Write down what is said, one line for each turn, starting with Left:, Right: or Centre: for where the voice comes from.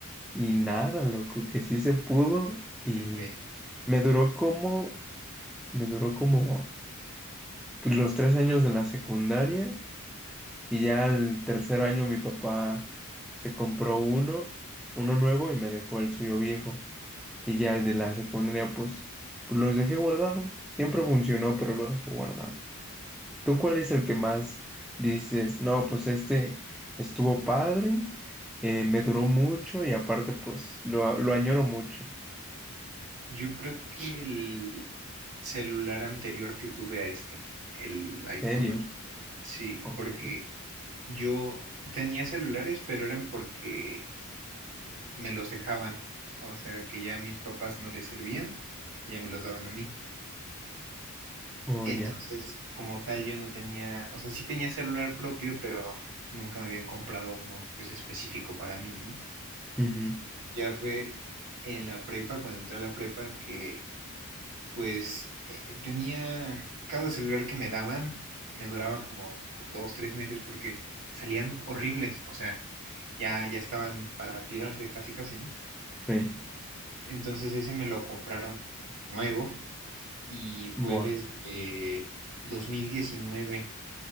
Centre: y nada, loco, que sí se pudo y
Right: No inventes.
Centre: me duró como, me duró como pues, los tres años de la secundaria Y ya el tercer año mi papá se compró uno, uno nuevo y me dejó el suyo viejo. Y ya el de la secundaria, pues, pues los dejé guardado. Siempre funcionó, pero lo dejé guardado. ¿Tú cuál es el que más dices? No, pues este estuvo padre, eh, me duró mucho y aparte, pues, lo, lo añoro mucho.
Right: Yo creo que el celular anterior que tuve a este, el iPhone
Centre: ¿En serio?
Right: ocho. Sí,
Centre: Ok.
Right: porque yo tenía celulares, pero eran porque me los dejaban, o sea, que ya a mis papás no les servían, ya me los daban a mí.
Centre: Oh,
Right: Entonces,
Centre: ya.
Right: como tal, yo no tenía, o sea, sí tenía celular propio, pero nunca me habían comprado uno pues específico para mí, ¿no?
Centre: Ujú.
Right: Ya fue en la prepa, cuando entré a la prepa, que pues eh, tenía, cada celular que me daban me duraba como dos, tres meses porque salían horribles, o sea, ya, ya estaban para tirarse casi, casi, ¿no?
Centre: Sí.
Right: Entonces ese me lo compraron nuevo y fue
Centre: Buah.
Right: desde 2019